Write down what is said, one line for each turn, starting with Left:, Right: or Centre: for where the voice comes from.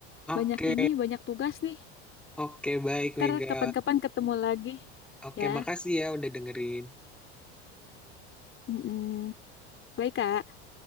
Centre: oke
Left: banyak ini banyak tugas nih
Centre: oke baik
Left: ntar
Centre: Mega
Left: kapan-kapan ketemu lagi
Centre: oke
Left: ya
Centre: makasih ya udah dengerin
Left: mm Baik, Kak.